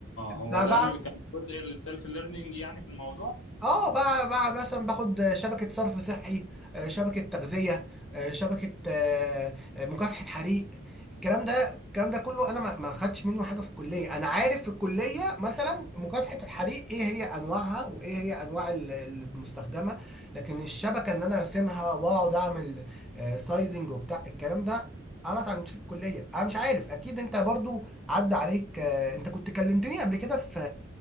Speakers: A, in the centre; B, on the left (about 75°).
A: ب-
B: هو
A: بعمل
B: ده اللي كان جزء السيلف ليرنينج يعني في الموضوع؟
A: اه بقى بقى مثلا باخد شبكة صرف صحي آه، شبكة تغذية آه، شبكة آه، آه، مكافحة حريق الكلام ده الكلام ده كله انا ما ما خدتش منه حاجة في الكلية انا عارف في الكلية مثلا مكافحة الحريق ايه هي انواعها وايه هي انواع ال- المستخدمة لكن الشبكة ان انا ارسمها واقعد اعمل آه، سايزنج وبتاع الكلام ده انا ما اتعلمتش في الكلية انا مش عارف اكيد انت برضو عدى عليك آه، انت كنت كلمتني قبل كده في